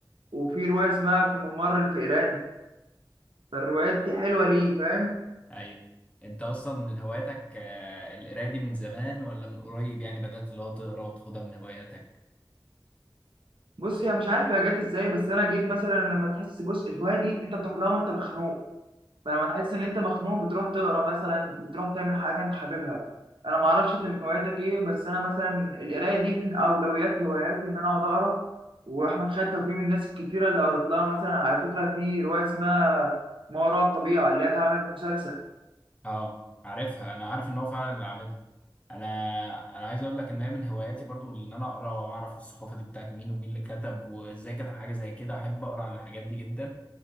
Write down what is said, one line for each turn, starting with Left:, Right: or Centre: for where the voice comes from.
Right: وفي روايه اسمها في ممر الفئران فالروايات دي حلوه ليه فاهم
Left: ايوه انت اصلا من هواياتك آه، القراية دي من زمان ولا من قريب يعني بدأت اللي هو تقرا وتاخدها من هواياتك
Right: بص هي مش عارف هي جت ازاي بس انا جيت مثلا لما تحس بص الهوايه دي انت بتروح لها وانت مخنوق فلما تحس ان انت مخنوق بتروح تقرا مثلا بتروح تعمل حاجه انت حاببها انا ما اعرفش انت من هواياتك ايه بس انا مثلا القرايه دي من اولويات هواياتي ان انا اقعد اقرا واحمد خالد توفيق من الناس الكتيره اللي قريت لها مثلا على فكره في روايه اسمها ما وراء الطبيعه اللي هي اتعملت مسلسل
Left: اه عارفها انا عارف ان هو فعلا اللي عاملها انا انا عايز اقول لك ان هي من هواياتي برضو ان انا اقرا واعرف الثقافة دي بتاعت مين ومين اللي كتب وازاي كتب حاجة زي كده احب اقرا عن الحاجات دي جدا